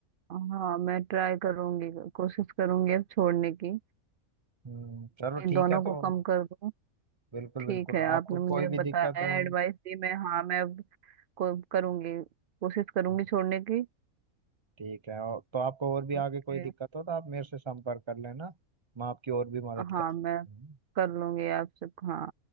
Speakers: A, on the right (about 75°); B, on the right (about 25°).
A: हाँ मैं ट्राई करूंगी कोशिश करूंगी अब छोड़ने की
B: हम्म चलो
A: इन
B: ठीक
A: दोनों
B: है
A: को
B: तो
A: कम कर दूं
B: बिल्कुल
A: ठीक
B: बिल्कुल
A: है आपने
B: आपको
A: मुझे
B: कोई भी
A: बताया
B: दिक्कत हो
A: एडवाइस दी मैं हाँ मैं अब को करूंगी कोशिश करूंगी
B: हाँ
A: छोड़ने की
B: ठीक है और तो आपको और भी
A: ओके
B: आगे कोई दिक्कत हो तो आप मेरे से संपर्क कर लेना मैं आपकी और भी मदद
A: हाँ
B: कर सकता
A: मैं
B: हूँ
A: कर लूंगी आपसे हाँ